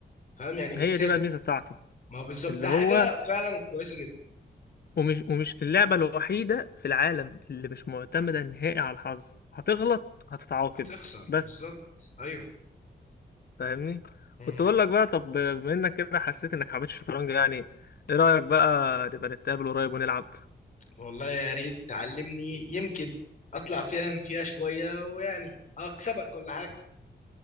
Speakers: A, on the left (about 45°); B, on the left (about 60°).
A: فاهم يعني مش
B: هي
A: ثابت
B: دي بقى الميزة بتاعته
A: ما هو بالظبط
B: اللي
A: ده
B: هو
A: حاجة فعلا كويسة جدا
B: ومش ومش اللعبة الوحيدة في العالم اللي مش معتمدة نهائي على الحظ هتغلط هتتعاقب
A: هتخسر
B: بس
A: بالظبط أيوه
B: فاهمني
A: مم.
B: كنت بقول لك بقى طب بما انك كده حسيت انك حبيت الشطرنج يعني ايه رأيك بقى نبقى نتقابل قريب ونلعب
A: والله يا ريت تعلمني يمكن اطلع فاهم فيها شوية ويعني اكسبك ولا حاجة